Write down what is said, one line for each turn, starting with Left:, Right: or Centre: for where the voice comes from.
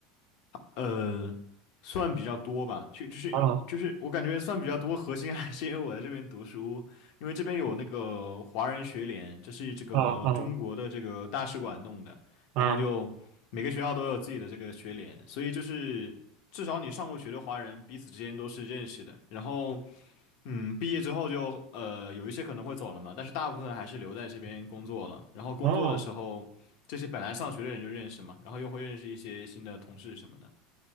Left: 呃，算比较多吧，就就是因就是我感觉算比较多，
Right: 啊
Left: 核心还是因为我在这边读书，因为这边有那个华人学联，这是这个中国的这个大使馆弄的，
Right: 啊啊
Left: 然后就每个学校都有自己的这个学联，
Right: 啊
Left: 所以就是至少你上过学的华人彼此之间都是认识的，然后嗯，毕业之后就呃有一些可能会走了嘛，但是大部分还是留在这边工作了，然后工作的时候这些本来上学的人就认识嘛，
Right: 哦
Left: 然后又会认识一些新的同事什么的。